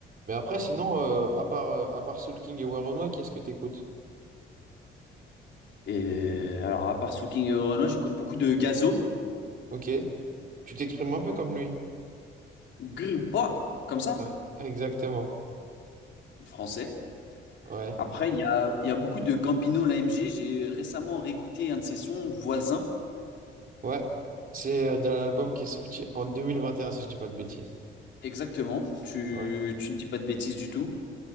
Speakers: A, on the right (about 45°); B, on the left (about 65°).
A: Mais après, sinon, euh, à part, euh, à part Soul King et Werenoi, qu'est-ce que t'écoutes?
B: Et alors, à part Soul King et Renoir, j'écoute beaucoup de Gazo.
A: Ok, tu t'exprimes un peu comme lui.
B: Grippa, comme ça,
A: Ouais. Exactement.
B: français.
A: Ouais.
B: Après, il y a, il y a beaucoup de Gambino, l'AMG. J'ai récemment réécouté un de ses sons, Voisin.
A: Ouais. C'est euh, de l'album qui est sorti en 2021 si je dis pas de bêtises.
B: Exactement, tu,
A: Ouais.
B: tu ne dis pas de bêtises du tout.